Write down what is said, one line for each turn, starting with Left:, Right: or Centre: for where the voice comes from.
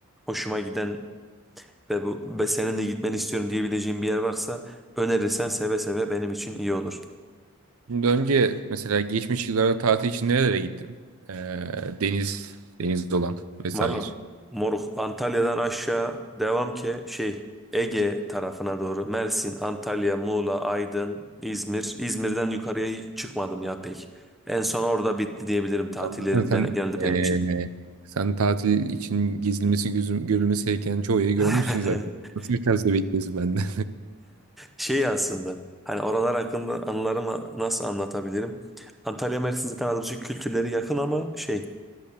Centre: Hoşuma giden ve bu ve senin de gitmeni istiyorum diyebileceğim bir yer varsa önerirsen seve seve benim için iyi olur.
Right: Şimdi önce mesela geçmiş yıllarda tatil için nerelere gittin? Ee, deniz, deniz olan vesaire.
Centre: Valla moruk Antalya'dan aşağı devam ki şey Ege tarafına doğru Mersin, Antalya, Muğla, Aydın, İzmir. İzmir'den yukarıya hiç çıkmadım ya pek. En son orada bitti diyebilirim tatillerim
Right: Tabii. Sen,
Centre: ben, genelde benim
Right: ee,
Centre: için.
Right: sen tatil için gezilmesi, gözüm, görülmesi gereken çoğu yeri görmüşsün
Centre: <laughs>
Right: zaten. Nasıl bir tavsiye bekliyorsun benden?
Centre: Şey aslında hani oralar hakkında anılarımı nasıl anlatabilirim? Antalya Mersin zaten az buçuk kültürleri yakın ama şey